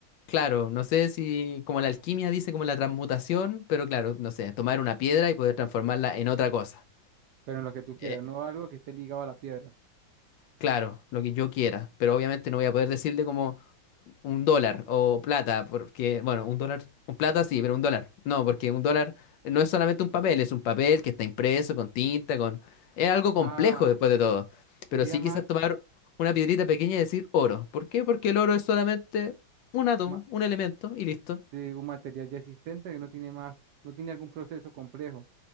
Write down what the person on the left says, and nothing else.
Claro, no sé si como la alquimia dice como la transmutación, pero claro, no sé, tomar una piedra y poder transformarla en otra cosa.
Eh,
claro, lo que yo quiera, pero obviamente no voy a poder decirle como un dólar o plata, porque, bueno, un dólar, un plata sí, pero un dólar, no, porque un dólar no es solamente un papel, es un papel que está impreso con tinta, con... Es algo
complejo después de todo, pero
sí
quizás tomar una piedrita pequeña y decir oro. ¿Por qué? Porque el oro es solamente un átomo,
un elemento y listo.